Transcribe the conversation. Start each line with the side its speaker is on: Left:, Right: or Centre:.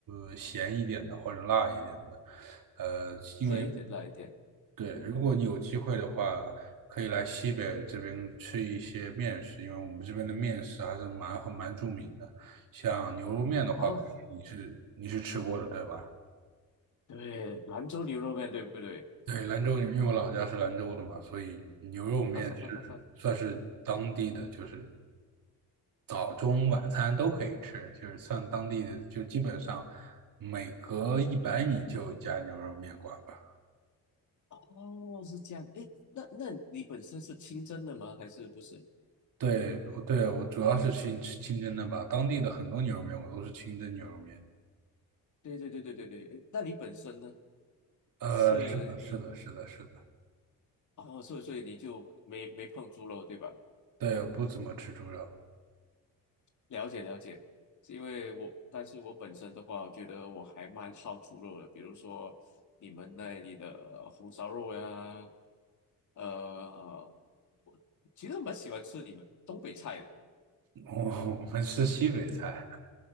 Right: 呃咸一点的或者辣一点的。呃，因为
Left: 咸一点辣一点，
Right: 对，
Left: 嗯哼
Right: 如果你有机会的话，可以来西北这边吃一些面食，因为我们这边的面食还是蛮很蛮著名的。像牛肉面的话，
Left: 哦，<laughs>
Right: 你是你是吃过的，对吧？
Left: 对，兰州牛肉面对不对？
Right: 对，兰州，因为我老家是兰州的嘛，所以牛肉面是算是当地的，
Left: <laughs> 啊哈哈哈哈！
Right: 就是早中晚餐都可以吃，就是算当地的，就基本上每隔一百米就有家牛肉面馆吧。
Left: 哦，是这样的。诶，那那你本身是清蒸的吗？还是不是？
Right: 对，对，我主要是清清真的吧，当地的很多牛肉面我都是清真牛肉面。
Left: 对对对对对对。诶那你本身呢？
Right: 呃，
Left: 是你
Right: 是的，是的，是的，是的，
Left: 哦，所以所以你就没没碰猪肉对吧？
Right: 对，我不怎么吃猪肉，
Left: 了解了解。是因为我，但是我本身的话，我觉得我还蛮好猪肉的。比如说你们那里的呃红烧肉呀，呃，其实我蛮喜欢吃你们东北菜的。
Right: 我我们吃西北菜。